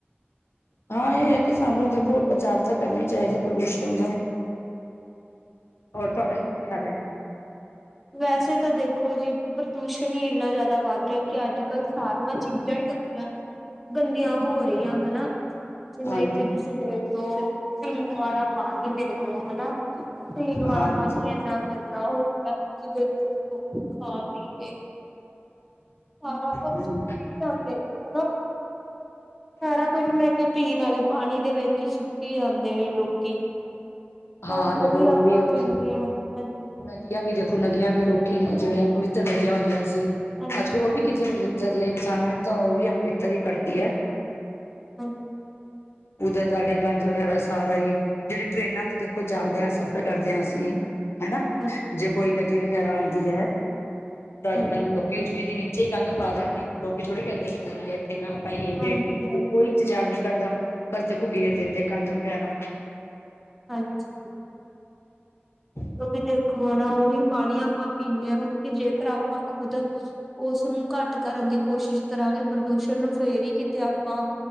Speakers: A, on the left; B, in the centre.
A: ਹਾਂ ਇਹ ਹੈ ਕਿ ਸਾਨੂੰ, ਦੇਖੋ ਬਚਾਵ ਤਾਂ ਕਰਨਾ ਹੀ ਚਾਹੀਦਾ ਪ੍ਰਦੂਸ਼ਣ ਦਾ।
B: <inaudible>
A: ਹੋਰ ਤੁਹਾਡਾ ਕੀ ਖਿਆਲ ਹੈ?
B: ਵੈਸੇ ਤਾਂ ਦੇਖੋ ਜੀ, ਪ੍ਰਦੂਸ਼ਣ ਹੀ ਇੰਨਾ ਜ਼ਿਆਦਾ ਵੱਧ ਰਿਹਾ। ਕਿ ਅੱਜ ਕੱਲ ਸਾਰੀਆਂ ਚੀਜ਼ਾਂ ਹੀ ਗੰਦੀਆਂ, ਗੰਦੀਆਂ ਹੋ ਰਹੀਆਂ ਹਨਾ। ਜਿਵੇਂ
A: ਹਾਂਜੀ
B: ਕਿ ਤੁਸੀਂ ਦੇਖਲੋ, ਪੀਣ ਵਾਲਾ ਪਾਣੀ ਦੇਖਲੋ ਹਨਾ। ਪੀਣ ਵਾਲਾ
A: ਹਾਂਜੀ
B: ਪਾਣੀ ਇੰਨਾ ਗੰਦਾ ਹੋ ਗਿਆ। ਕੀ ਦੇਖੋ ਲੋਕੀ ਖਾ ਪੀ ਕੇ ਸਾਰਾ ਕੁਛ
A: ਹਮ
B: ਸੁੱਟੀ ਜਾਂਦੇ ਹਨਾ। ਸਾਰਾ ਕੁਝ ਮੈਂ ਕਿਹਾ ਪੀਣ ਵਾਲੇ ਪਾਣੀ ਦੇ ਵਿੱਚ ਹੀ, ਸਟੀ ਜਾਂਦੇ ਨੇ ਲੋਕੀ।
A: ਹਾਂ
B: ਉਹੀ
A: ਦੇਖੋ
B: ਆਪਾਂ
A: ਉਹ ਵੀ ਹੋ
B: ਪੀਂਦੇ
A: ਗਏ
B: ਹਾਂ ਹਾਂਜੀ।
A: ਨਦੀਆਂ ਵੀ ਦੇਖੋ ਨਦੀਆਂ ਵੀ ਲੋਕੀ ਜਿਹੜੀਆਂ ਪਵਿੱਤਰ ਨਦੀਆਂ ਹੁੰਦੀਆਂ ਸੀ।
B: ਹਾਂਜੀ
A: ਅੱਜ ਕੱਲ ਉਹ ਵੀ ਕਿੱਥੇ ਪਵਿੱ ਜੇਰੀਆ ਇਨਸਾਨਾਂ ਨੇ ਤਾਂ ਉਹ ਵੀ ਅਪਵਿੱਤਰ ਹੀ ਕਰਤੀ ਹੈ।
B: ਹਾਂਜੀ।
A: ਉਧਰ ਜਾ ਕੇ ਗੰਦ ਵਗੈਰਾ ਸਾਰਾ ਹੀ, ਜਿਹੜੇ ਟ੍ਰਰੇਨਾਂ ਤੇ ੱ ਜਾਂਦੇ ਹਾਂ ਸਫ਼ਰ ਕਰਦੇ ਹਾਂ ਅਸੀਂ। ਹਨਾ,
B: ਹਾਂਜੀ
A: ਜੇ ਕੋਈ ਨਦੀ ਵਗੈਰਾ ਆਉਂਦੀ ਹੈ। ਤਾਂ
B: ਹਾਂਜੀ
A: ਮੈਨੂੰ ਲੋਕੀ ਉਸ ਵਿੱਚ ਹੀਂ। ਵਿਚ ਅੇ ਹੀ ਕੰਧ ਪਾ ਦੇਂਦੇ। ਲੋਕ ਥੋੜੇ ਕਹਿੰਦੇ ਕਿ ਨਦੀਏ ਇੱਥੇ ਨਾ ਪਾਈਏ
B: ਹਾਂਜੀ
A: ਵੇਟ ਕਰ ਲਈਏ ਕੋਈ ਨਹੀਂ। ਇੰਤਜ਼ਾਰ ਨਹੀਂ ਕਰਦਾ ਬਸ ਦੇਖੋ ਗੇਰ ਦਿੰਦੇ ਗੰਦ ਵਗੈਰਾ।
B: ਹਾਂਜੀ।
A: ਹ <inaudible>
B: ਕਿ ਵੀ ਦੇਖੋ ਹੈ ਨਾ, ਉਹੀ ਪਾਣੀ ਆਪਾਂ ਪੀਂਦੇ ਹਾਂ, ਕਿਉਕਿ ਜੇਕਰ ਆਪਾਂ ਖੁਦ ਉਸਨੂੰ ਘੱਟ ਕਰਨ ਦੀ ਕੋਸ਼ਿਸ਼ ਕਰਾਂਗੇ, ਪ੍ਰਦੂਸ਼ਣ ਨੂੰ ਫੇਰੀ ਹੀ ਕਿਤੇ ਆਪਾਂ।